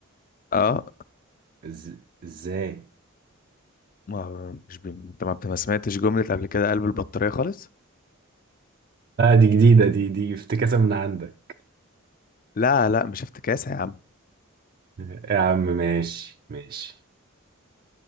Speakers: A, on the left; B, on the right.
A: اه
B: إز- ازاي
A: ما مش بي... انت ما بت- ما سمعتش جملة قبل كده قلب البطارية خالص
B: لا دي جديده دي دي افتكاسه من عندك
A: لا لا مش افتكاسة يا عم
B: يا عم ماشي ماشي